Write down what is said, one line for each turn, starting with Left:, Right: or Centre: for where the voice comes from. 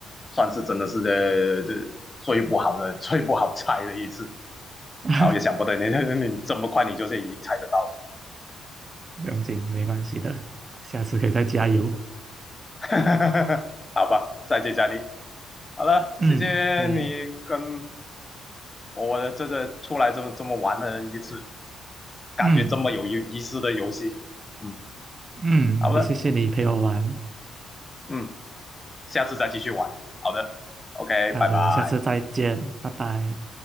Left: 算是真的是呃这最不好的、<laughs> 最不好猜的一次。
Right: <laughs>
Left: 然后也想不到你 <laughs> 你这么快你就是已经猜得到了，
Right: 不用紧，没关系的，下次可以再加油。
Left: <laughs> 好吧，再接再厉。好了，
Right: 嗯，
Left: 谢谢你跟
Right: 可以。
Left: 我的这个出来这么这么玩的一次。感觉这么有意思的游戏。
Right: 嗯
Left: 嗯，
Right: 嗯，
Left: 好的，
Right: 也谢谢你陪我玩。
Left: 嗯，下次再继续玩。好的，OK，
Right: 好的，
Left: 拜拜。
Right: 下次再见，拜拜。